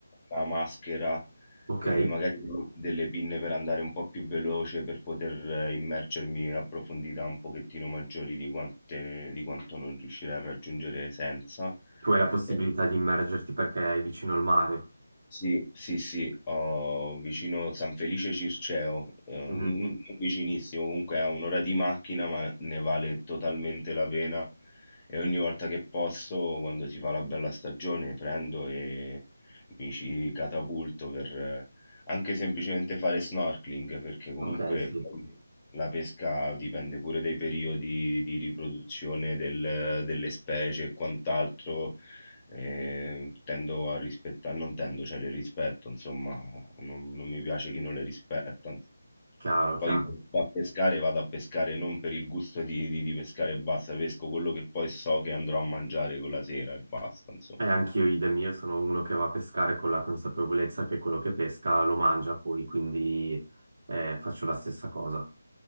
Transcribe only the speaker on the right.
Ok.
Tu hai la possibilità
di immergerti perché è vicino al mare.
Mhm.
Ok, sì,
chiaro, chiaro.
E anch'io, idem, io sono uno che va a pescare con la consapevolezza che quello che pesca lo mangia poi, quindi eh, faccio la stessa cosa.